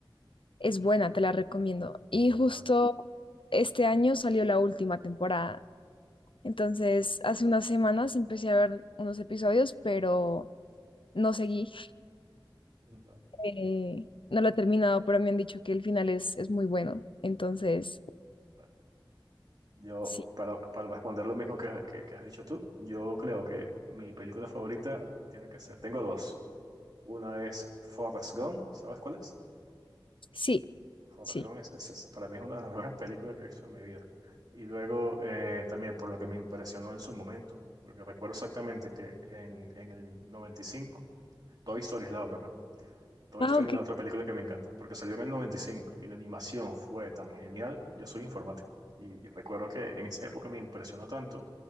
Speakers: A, on the left; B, on the right.
A: es buena, te la recomiendo. Y justo
B: Vale.
A: este año salió la última temporada. Entonces, hace unas semanas empecé a ver unos episodios, pero no seguí.
B: Vale.
A: eh, no lo he terminado, pero me han dicho que el final es, es muy bueno. Entonces,
B: vale. Yo,
A: sí,
B: para, para responder lo mismo que, que, que has dicho tú, yo creo que mi película favorita tiene que ser. Tengo dos. Una es Forrest Gump. ¿Sabes cuál es?
A: sí,
B: Forrest
A: sí.
B: Gump es- es- es- para mí es una de las mejores películas que he visto en mi vida. Y luego eh, también por lo que me impresionó en su momento, porque recuerdo exactamente que en, en el 95 Toy Story es la otra, perdón. Toy
A: Ah,
B: Story
A: ok.
B: es la otra película que me encanta, porque salió en el 95 y la animación fue tan genial. Yo soy informático y recuerdo que en esa época me impresionó tanto